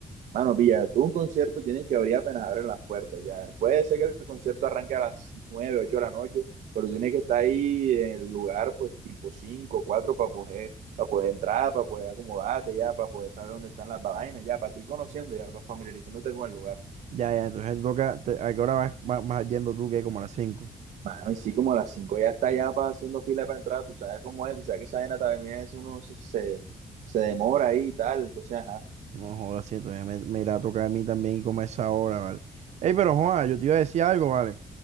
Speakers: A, on the right; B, on the right.
A: mano, pilla, tú un concierto tienes que abrir apenas abren las puertas ya. Puede ser que el concierto arranque a las 9 8 de la noche, pero tienes que estar ahí en el lugar, pues, tipo 5 4 para poder, para poder entrar, para poder acomodarte ya, para poder saber dónde están las vainas ya, para tú ir conociendo ya, para familiarizándote con el lugar.
B: Ya, ya, entonces te toca, te- ¿a qué hora vas, vas- vas yendo tú que como a las cinco.
A: Mano, y sí, como a las 5 ya está ya pa- haciendo fila para entrar, tú sabes cómo es, tú sabes que esa vaina también es, uno se, se se demora ahí y tal, entonces, ajá.
B: No, jodas, sí, entonces me, me irá a tocar a mí también y como a esa hora, ¿vale? Ey, pero joda, yo te iba a decir algo, ¿vale?